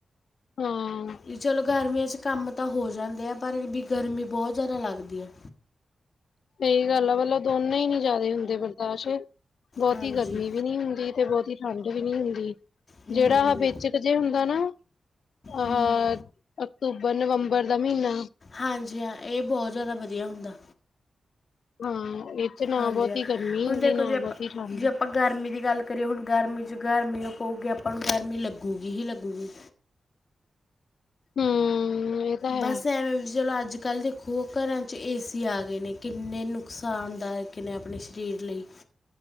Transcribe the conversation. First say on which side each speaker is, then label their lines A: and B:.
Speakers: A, on the left; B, on the left.
A: ਹਾਂ
B: ਵੀ ਚਲੋ ਗਰਮੀਆਂ ਚ ਕੰਮ ਤਾਂ ਹੋ ਜਾਂਦੇ ਆ ਪਰ ਵੀ ਗਰਮੀ ਬਹੁਤ ਜ਼ਿਆਦਾ ਲੱਗਦੀ ਹੈ
A: ਸਹੀ ਗੱਲ ਆ ਪਤਲਬ ਦੋਨੇ ਹੀ ਨੀ ਜਿਆਦਾ ਹੁੰਦੇ ਬਰਦਾਸ਼ਤ ਬਹੁਤੀ
B: ਹਾਂਜੀ
A: ਗਰਮੀ ਵੀ ਨਹੀਂੀ ਹੁੰਦੀ ਤੇ ਬਹੁਤੀ ਠੰਢ ਵੀ ਨਹੀਂੀ ਹੁੰਦੀ
B: ਹੂੰ
A: ਜਿਹੜਾ ਆਹ ਵੇਚਕ ਜੇ ਹੁੰਦਾ ਨਾ ਆਹ
B: ਹੂੰ
A: ਅਕਤੂਬਰ ਰ ਨਵੰਬਰ ਦਾ ਮਹੀਨਾ
B: ਹਾਂਜੀ ਹਾਂ ਇਹ ਬਹੁਤ ਜ਼ਿਆਦਾ ਵਧੀਆ ਹੁੰਦਾ
A: ਹਾਂ ਇਹ ਚ ਨਾ
B: ਹਾਂਜੀ
A: ਬਹੁਤੀ ਗਰਮੀ ਹੁੰਦੀ
B: ਹੁਣ ਦੇਖੋ
A: ਨਾ
B: ਜੇ ਆਪਾਂ
A: ਬਹੁਤੀ ਠੰਡ
B: ਜੇ ਆਪਾਂ ਗਰਮੀ ਦੀ ਗੱਲ ਕਰੀਏ ਹੁਣ ਗਰਮੀ ਗਰਮੀ ਉਹ ਪਊਗੀ ਆਪਾਂ ਨੂੰ ਗਰਮੀ ਲੱਗਗੀ ਹੀ ਲੱਗਗੀ
A: ਹੂੰ ਇਹ ਤਾਂ
B: ਬਸ
A: ਹੈ।
B: ਐਵੇਂ ਚਲੋ ਅੱਜ ਕੱਲ੍ਹ ਦੇਖੋ ਘਰਾਂ ਚ ਏਸੀ ਆ ਗਏ ਨੇ ਕਿੰਨੇ ਨੁਕਸਾਨਦਾਇਕ ਨੇ ਆਪਣੇ ਸਰੀਰ ਲਈ